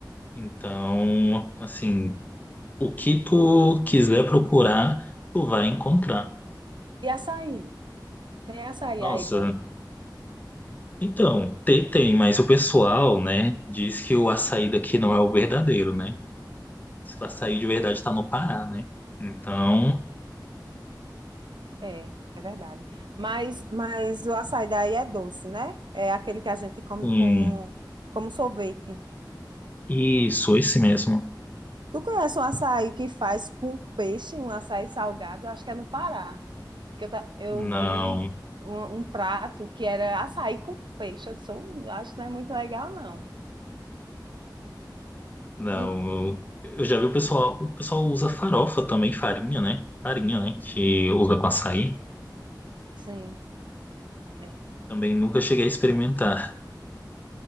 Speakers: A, on the left; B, on the right.
A: Então, assim, o que tu quiser procurar, tu vai encontrar.
B: E açaí? Tem açaí
A: Nossa,
B: aí bom?
A: então, tem, tem, mas o pessoal, né, diz que o açaí daqui não é o verdadeiro, né? Diz que o açaí de verdade tá no Pará, né? Então,
B: É, é verdade. Mas, mas o açaí daí é doce, né? É aquele que a gente come
A: hum,
B: com, como sorvete.
A: isso, esse mesmo.
B: Tu conhece um açaí que faz com peixe, um açaí salgado? Eu acho que é no Pará. Que eu, ta- eu
A: Não.
B: vi um, um prato que era açaí com peixe. Eu disse, "Hum, acho que não é muito legal, não.
A: Não,
B: Hum,
A: eu eu já vi o pessoal, o pessoal usa farofa também, farinha, né? Farinha, né? Que usa com açaí.
B: sim, é.
A: Também nunca cheguei a experimentar.